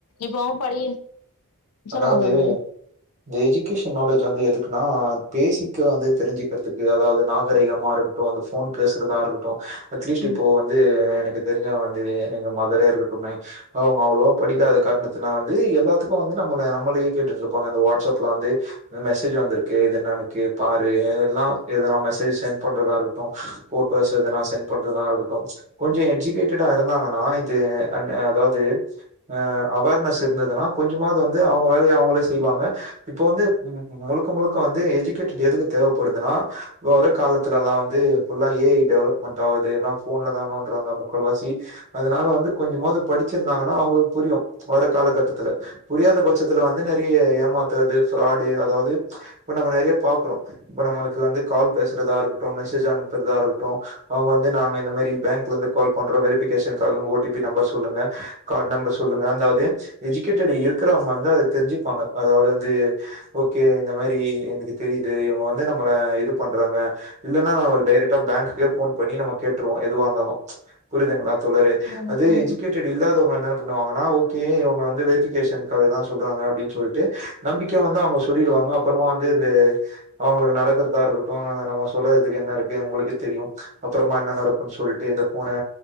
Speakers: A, on the left; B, on the right.
A: இப்போ படி சொல்லுங்க
B: அதாவுது
A: தோழரே.
B: இந்த எஜுகேஷன் நாலேஜ் வந்து எதுக்குன்னா பேசிக் க வந்து தெரிஞ்சுக்குறதுக்கு அதாவுது நாகரீகமா இருக்கட்டு அந்த ஃபோன் பேசுறதா இருக்கட்டு அட்லீஸ்ட்
A: ம்
B: இப்போ வந்து எனக்கு தெருஞ்சவுங்க வந்து எங்க மதரே இருக்கட்டுமே அவுங்க அவ்ளொவா படிக்காத காரணத்துனா வந்து எல்லாத்துக்கு வந் து நம்மள நம்மளே கேட்டுட்ருப்பாங்க இந்த வாட் ஸப்ல வந்து இந்த மெ செஜு வந்துருக்கு இது என்னனு கெ பாரு இதெல்லா எதுனா மெசேஜ் சென்ட் பண்றதா இருக்க ட்டு ஃபோட்டோஸ் எதுனா சென் பண்றதா இருக்கட்டு கொஞ்சொ எஜுகேட்டடா இருந்தாங்கனா இது அன் அதாவ்து ஆ அவார்னஸ் இருந்ததுனா கொஞ்சொ மாவ்து வந்து அவுங்க வேலய அவுங்களே செய்வாங்க இப்ப வந்து முழுக்க முழுக்க வந்து எஜுகேட்டட் எதுக்கு தேவப்படுதுன்னா இப்ப வர காலத்துலல்லா வந்து ஃபுல்லா ஏ ஐ டெவலப்மெண்ட் ஆவுது எல்லா ஃபோன்லதா நோன்றாங்க முக்கால் வாசி அதுனால வந்து கொஞ்சமாவ்து படுச்சிருந்தாங்கனா அவுங்களுக் புரியு வர காலகட்டத்துல புரியாத பச்சத்துல வந்து நறைய ஏமாத்துறது ஃபராடு அதாவ்து இப்ப நம்ம நெறைய பாக்குறோ இப்ப நம்மளுக்கு வந்து கால் பேசுறதா இருக்கட்டும் மெசேஜ் அனுப்புறதா இருக்கட்டு அவுங்க வந்து நாங்க இந்த மாரி பேங்க்லந்து கால் பண்றோ வெரிஃபிகேஷன்காக ஓ டி பி நம்பர் சொல்லுங்க கார்டு நம்பர் சொல்லுங்க அதாவ்து எஜுகேட்டட் இரு க்குறவ்ங்க வந்து அது தெருஞ்சுப்பாங்க அதாவ்து வந்து ஓகே இந்த மாரி எனக்கு தெரியிது இவுங்க வந்து நம்மள இது பண்றாங்க இல்லன்னா நா ஒரு டைரட் பேங்குகே போன் பண்ணி நம்ம கேட்ருவோ எதுவா இருந்தாலு புரியுதுங்ள தோழரே
A: ம்
B: அது
A: ம்
B: எஜுகேட்டடு இல்லாதவங்கனால பண்ணுவங்கனா ஓகே இவுங்க வந்து வெரிபிகேஷன் அதெலா சொல்றாங்க அப்டினு சொல்ட்டு நம்பிக்கையா வந்து அவுங்க சொல்லிடுவாங்க அப்றமா வந்து இந்த அவுங்களுக்கு நடக்குறதா இருக்கட்டு நம்ம சொல்லறதுக்கு என்ன இருக்கு உங்களுக்கே தெரியு அப்பறமா என்ன நடக்குனு சொல்லிட்டு இந்த போனே